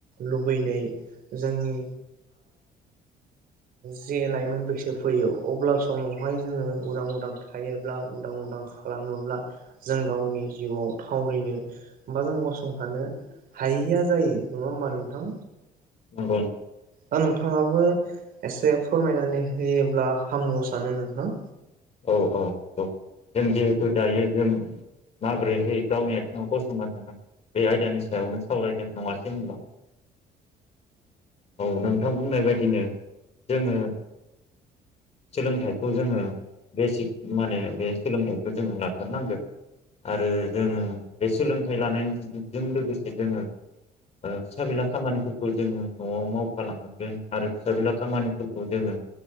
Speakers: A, on the right (about 60°); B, on the left (about 40°).
A: लुबैनाय जोंनि जे लाइमोन बैसो फैयो अब्ला समावहाय जोङो उदां उदां थायोब्ला उदां उदां खालामोब्ला जों गावनि जिउआव थावरिनो बा जों गसंथानो हायिया जायो नङा होमबा नोंथां
B: नंगौ
A: दा नोंथाङाबो एसे फोरमायनानै होयोब्ला हामगौ सानो नोंथां
B: औ औ औ जों जिहेथु दायो जों माबोरैहै गावनि आथिङाव गसंना थानो हागोन बे आयदानि सायावनो सावरायदों नङासै होनब्ला औ नोंथां बुंनाय बायदिनो जोङो सोलोंथाइखौ जोङो बेसिक माने बे सोलोंथाइखौ जोंङो लाथारनांगोन आरो जोङो बे सोलोंथाइ लानायजों लोगोसे जोङो फिसा बिला खामानिफोरखौ जोङो न'आव मावफालांनांगोन आरो फिसा बिला खामानिफोरखौ जोङो